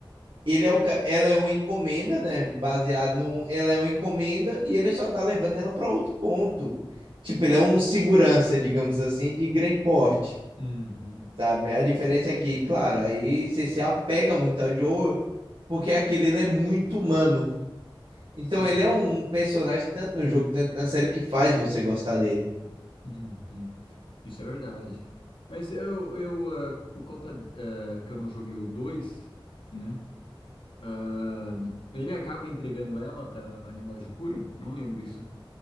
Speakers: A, on the right (about 65°); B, on the left (about 75°).
A: ele é o, ca- ela é uma encomenda, né? Baseado no, ela é uma encomenda e ele só tá levando ela para outro ponto. Tipo, ele é um segurança, digamos assim, de grande porte,
B: uhum,
A: sabe? A diferença é que, claro, aí você se apega muito ao Joel, porque aquele ele é muito humano. Então
B: sim,
A: ele é um personagem tanto no jogo, tanto na série que faz você gostar dele.
B: uhum. Isso é verdade. Mas eu, eu eh, por conta eh, que eu não joguei o 2, né? Ah, ele acaba entregando ela pra negócio de cura? Não lembro isso.